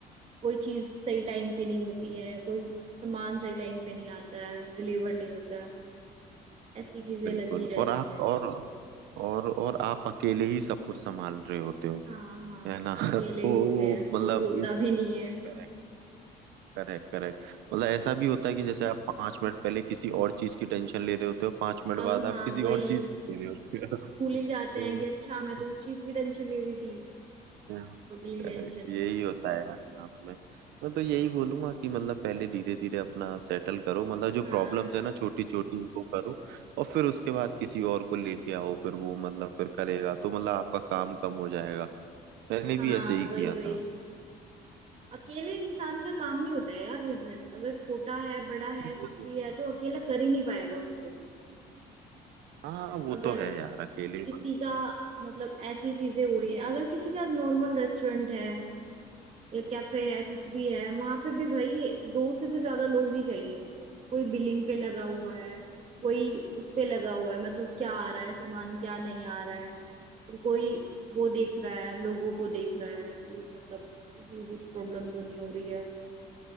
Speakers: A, on the right; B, on the right.
A: कोई चीज सही टाइम पे नहीं होती है कोई सामान सही टाइम पे नहीं आता है डिलीवर नहीं होता है ऐसी चीजें
B: बिल्कुल
A: लगी रहती
B: और आप
A: हैं
B: और और और आप अकेले ही सब कुछ संभाल रहे होते हो
A: हाँ हाँ
B: है ना <laughs>
A: अकेले
B: तो
A: ही होते हैं
B: मतलब
A: कोई होता भी नहीं है
B: करेक्ट करेक्ट करेक्ट मतलब ऐसा भी होता है कि जैसे आप पांच मिनट पहले किसी और चीज की टेंशन ले रहे होते हो पांच मिनट
A: अब
B: बाद आप
A: हाँ
B: किसी
A: वही
B: और चीज की ले रहे होते
A: भूल ही जाते
B: हो
A: हैं कि अच्छा मैं तो
B: <laughs>
A: उस चीज की टेंशन ले रही थी
B: तो
A: अगली
B: करेक्ट
A: टेंशन
B: यही होता है यार काम में मैं तो यही बोलूंगा कि मतलब पहले धीरे धीरे अपना सेटल करो मतलब जो
A: हाँ
B: प्रॉब्लम्स है ना छोटी छोटी इनको करो और फिर उसके बाद किसी और को लेके आओ फिर वो मतलब फिर करेगा तो मतलब आपका काम कम हो जाएगा मैंने
A: हाँ
B: भी ऐसे ही किया
A: वही वही
B: था
A: अकेले इंसान का काम नहीं होता है यार बिजनेस अगर छोटा है बड़ा है
B: नहीं,
A: कुछ
B: वो तो
A: भी
B: है।
A: है तो अकेला कर ही नहीं पाएगा उसको
B: हाँ वो
A: अगर
B: तो है यार अकेले
A: किसी
B: मतलब
A: का मतलब ऐसी चीजें हो रही है अगर किसी का नॉर्मल रेस्टोरेंट है या कैफे है कुछ भी है वहां पे भी भाई दो से तो ज्यादा लोग ही चाहिए कोई बिलिंग पे लगा हुआ है कोई उस पे लगा हुआ है मतलब क्या आ रहा है सामान क्या नहीं आ रहा है और कोई वो देख रहा है लोगों को देख रहा है कि मतलब किसी को कुछ प्रॉब्लम तो नहीं हो रही है